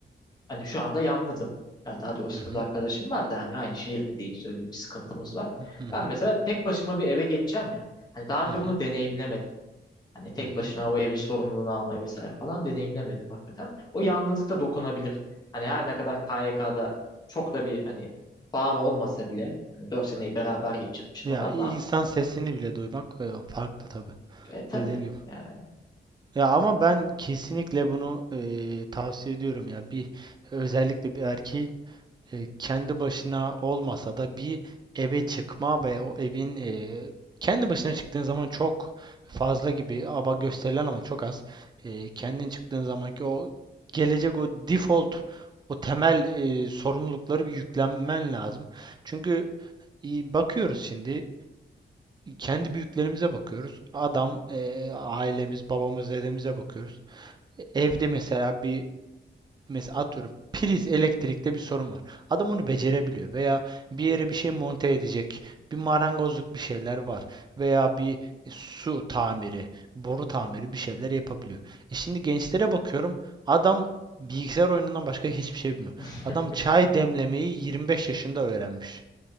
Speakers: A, on the left; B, on the right.
A: hani şu anda yalnızım. Ya daha doğrusu
B: hı hı,
A: kız arkadaşım var da hani aynı şehirde değiliz öyle bir sıkıntımız var.
B: hı hı,
A: Ben mesela tek başıma bir eve geçeceğim ya. Hani daha önce
B: hı hı,
A: bunu deneyimlemedim. Hani tek
B: hı hı.
A: başına o evin sorumluluğunu almayı vesaire falan deneyimlemedim hakikaten. O yalnızlık da dokunabilir. Hani her ne kadar KYK'da çok da bir hani bağım olmasa bile hani 4 seneyi beraber geçirmişim
B: Ya
A: adamla
B: insan sesini bile duymak e, farklı tabii.
A: E tabii.
B: Dediğin gibi.
A: Yani
B: Ya ama ben kesinlikle bunu eee, tavsiye ediyorum ya. Bir özellikle bir erkeğin e, kendi başına olmasa da bir eve çıkma ve o evin e, kendi başına çıktığın zaman çok fazla gibi ama gösterilen ama çok az. E, kendin çıktığın zamanki o gelecek o default o temel e, sorumlulukları bir yüklenmen lazım. Çünkü e, bakıyoruz şimdi kendi büyüklerimize bakıyoruz. Adam, e, ailemiz, babamız, dedemize bakıyoruz evde mesela bir mesela atıyorum priz elektrikte bir sorun var. Adam onu becerebiliyor veya bir yere bir şey monte edecek, bir marangozluk bir şeyler var veya bir su tamiri, boru tamiri bir şeyler yapabiliyor. E şimdi gençlere bakıyorum. Adam bilgisayar oyunundan başka hiçbir şey bilmiyor.
A: <laughs>
B: Adam çay demlemeyi 25 yaşında öğrenmiş.